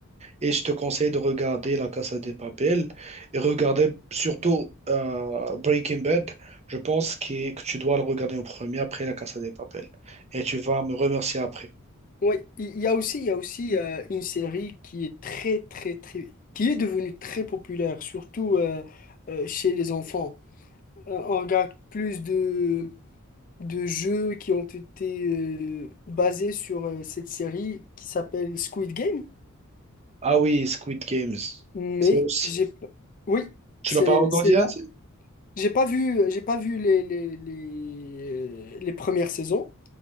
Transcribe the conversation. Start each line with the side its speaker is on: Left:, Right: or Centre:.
Right: Et je te conseille de regarder La Casa de Papel et regarder surtout euh, Breaking Bad. Je pense que, que tu dois le regarder en premier après La Casa de Papel. Et tu vas me remercier après.
Left: oui. Il y a aussi, il y a aussi euh, une série qui est très, très, très, qui est devenue très populaire, surtout euh, euh, chez les enfants. Euh, on regarde plus de, de jeux qui ont été euh, basés sur euh, cette série qui s'appelle Squid Game,
Right: Ah oui, Squid Games.
Left: mais
Right: C'est aussi.
Left: j'ai, p- oui,
Right: Tu
Left: c'est,
Right: l'as pas regardé,
Left: c'est là.
Right: hein,
Left: J'ai pas vu, j'ai pas vu les, les, les euh, les premières saisons.